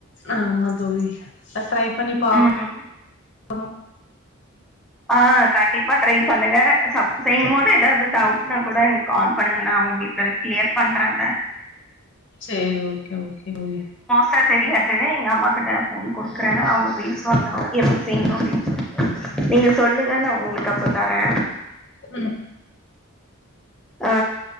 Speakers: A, on the left (about 55°); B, in the centre.
A: ஆமா தோழி அட்ரை பண்ணிப்பாக்
B: ம்
A: கனு
B: ஆ கண்டிப் ப்பா ட்ரை பண்ணுங்க சப் சேம்மோட ஏதாவது டவுட்னா கூட எனக்கு கால் பண்ணுங்க நா உங்களுக்கு கிளியர் பண்றேத
A: சேரி ஓக் கே ஓகே ஓழி
B: பெருசா தெரியாது எங்க அம்மாக்கிட்ட ஃபோன் குடுக்குறே அவங்க பேசுவாங்க எப்டி செய்யணு அப்டின்னு சொல்லிட்டு நீங்க சொல்லுங்க நா உங்களுக்கு அப்றோ தரே
A: உ
B: ஆ